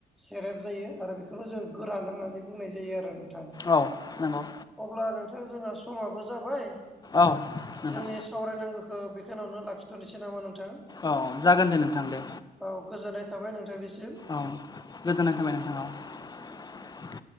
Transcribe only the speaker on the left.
औ नोंगौ।
औ नोंथां
औ जागोन दे नोंथां दे
औ गोजोननाय थाबाय नोंथां औ।